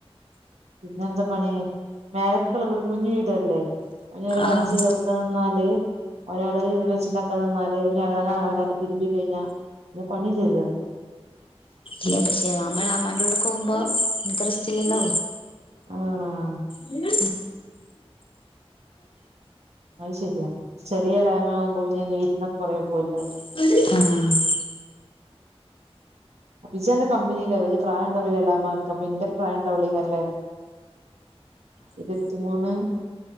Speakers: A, on the right; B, on the left.
A: പിന്നെ എന്തപണി മേലക്ള്ള വീട് കുഞ്ഞ് വീടല്ലേ ഞ്
B: ആഹ്
A: അടിചരി തൊ <unintelligible> ഒരാള് വെച്ചിണ്ടാക്കാൻ നിന്നാല് അവനാന് അവനാന്റെ തിരുമ്പി കഴിഞ്ഞ ല്ല്യ പണില്യല്ലോ
B: ഇല്ല പക്ഷേ എളാമ എളാമാന്റോട്ക്കൊവുമ്പോ ഇൻക് റസ്റ്റ്ല്ലല്ലോ
A: ആഹ്
B: ഉം
A: അയ്‌ ശെരിയാ ചെറിയെഎളെമാവുമ്പോപിന്നെ <unintelligible> കൊറേ പോവൊല്ലോ..
B: ആഹ്
A: അപ്പ ജ്ജ്ല്ല കമ്പിനിക്കെരം വല്യ പ്രായണ്ടവുലലേ എളെമാകപ്പോ ഇന്റെ പ്രായണ്ടാവൊള്ളയ്‌കാരല്ലേ ഇരത്തിമൂന്ന്